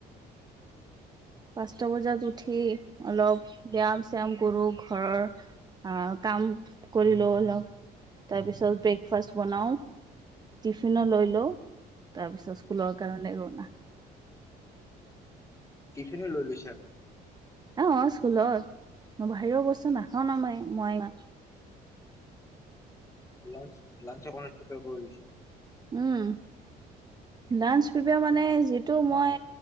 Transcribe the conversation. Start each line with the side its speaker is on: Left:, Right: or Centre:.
Right: পাঁচটা বজাত উঠি অলপ ব্যায়াম চ্যাম কৰো ঘৰৰ আহ, কাম কৰিলো অলপ, তাৰপিছত ব্ৰেকফাষ্ট বনাও। টিফিনো লৈ লও তাৰপিছত স্কুলৰ কাৰণে ৰোনা।
Left: টিফনত লৈ লৈছা!
Right: অৱ স্কুলত বাহিৰৰ বস্তু নাখাও ন মই মই ইমান।
Left: লাঞ্চ লাঞ্চৰ কাৰণে প্ৰিপিয়াৰ কৰি লৈছ।
Right: উম। লাঞ্চ প্ৰিমিয়াৰ মানে যিটো মই